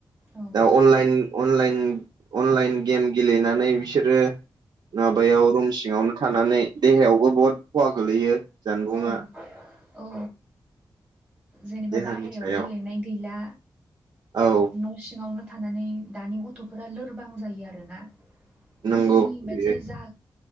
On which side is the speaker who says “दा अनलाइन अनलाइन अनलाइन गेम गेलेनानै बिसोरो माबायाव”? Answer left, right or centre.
Right